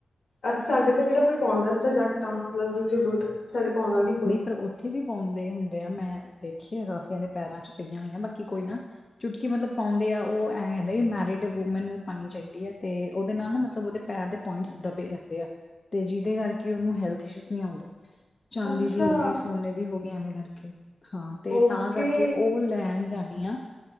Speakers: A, on the left (about 80°); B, on the left (about 40°).
A: ਅ ਸਾਡੇ ਤੇ ਕਿਹੜਾ ਕੋਈ ਪਾਉਂਦਾ ਅਸੀਂ ਤਾਂ ਜੱਟ ਆ ਮਤਲਬ ਦੂਜੇ ਲੁੱਟ ਸਾਡੇ ਪਾਉਂਦਾ ਨੀ
B: ਨਈ, ਪਰ ਉੱਥੇ ਵੀ ਪਾਉਂਦੇ ਹੁੰਦੇ ਆ ਮੈਂ ਦੇਖੀ ਕਾਫੀਆਂ ਦੇ ਪੈਰਾਂ ਚ ਪਈਆਂ ਹੋਈਆਂ ਬਾਕੀ ਕੋਈ ਨਾ ਚੁਟਕੀ ਮਤਲਬ ਪਾਉਂਦੇ ਆ, ਉਹ ਐਂ ਕਹਿੰਦੇ ਮੈਰਿਡ ਵੂਮੈਨ ਨੂੰ ਪਾਉਣੀ ਚਾਹੀਦੀ ਹੈ, ਤੇ ਉਹਦੇ ਨਾਲ ਨਾ ਮਤਲਬ ਉਹਦੇ ਪੈਰ ਦੇ ਪੁਇੰਟਸ ਦਬੇ ਰਹਿੰਦੇ ਆ, ਤੇ ਜਿਹਦੇ ਕਰਕੇ ਉਹਨੂੰ ਹੈਲਥ ਇਸ਼ੂ ਨਈ ਆਉਂਦੇ ਚਾਂਦੀ
A: ਅੱਛਾ
B: ਦੀ ਹੋ ਗਈ, ਸੋਨੇ ਦੀ ਹੋ ਗਈ, ਐਵੇਂ ਕਰਕੇ ਹਾਂ, ਤੇ
A: ਓਕੇ
B: ਤਾਂ ਕਰਕੇ, ਉਹ ਲੈਣ ਜਾਣੀ ਆ